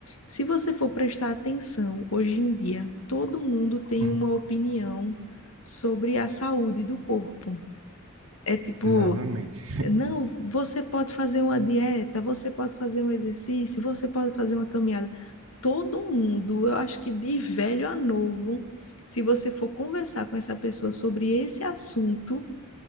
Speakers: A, on the left; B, on the right.
A: Se você for prestar atenção, hoje em dia, todo mundo tem
B: hum.
A: uma opinião sobre a saúde do corpo. É tipo,
B: Exatamente. <laughs>
A: não, você pode fazer uma dieta, você pode fazer um exercício, você pode fazer uma caminhada. Todo mundo, eu acho que de velho a novo, se você for conversar com essa pessoa sobre esse assunto,